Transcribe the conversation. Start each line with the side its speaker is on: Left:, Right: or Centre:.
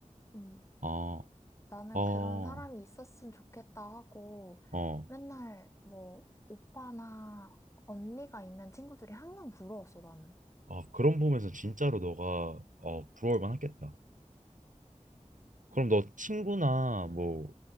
Left: 응,
Right: 아,
Left: 나는
Right: 아,
Left: 그런 사람이 있었으면 좋겠다 하고
Right: 어.
Left: 맨날 뭐 오빠나 언니가 있는 친구들이 항상 부러웠어, 나는.
Right: 아, 그런 부분에서 진짜로 너가 어, 부러울 만하겠다. 그럼 너 친구나 뭐